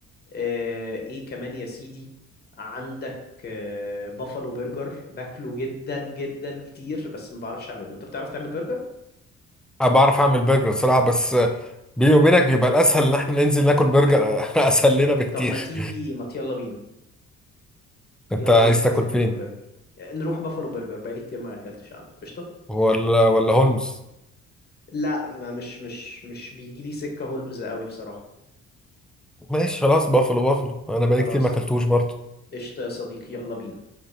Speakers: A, on the left; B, in the centre.
A: آه، ايه كمان يا سيدي عندك آه، بافالو برجر باكله جدا جدا كتير بس ما بعرفش اعمله انت بتعرف تعمل برجر
B: أنا بعرف أعمل برجر صراحة بس بيني وبينك بيبقى الأسهل
A: اه
B: إن إحنا ننزل ناكل برجر <laughs> أسهل لنا بكتير
A: طب ما تيجي ما يلا بينا
B: أنت
A: يلا
B: عايز
A: بينا ننزل
B: تاكل
A: ناكل
B: فين؟
A: برجر آه، نروح بافالو برجر بقالي كتير ما اكلتش عنده قشطة
B: ولا ولا هولمز؟
A: لا ما مش مش مش بيجي لي سكة هولمز قوي بصراحة
B: ماشي خلاص بافلو بافلو أنا بقالي
A: خلاص
B: كتير ما أكلتوش برضه
A: قشطة يا صديقي يلا بينا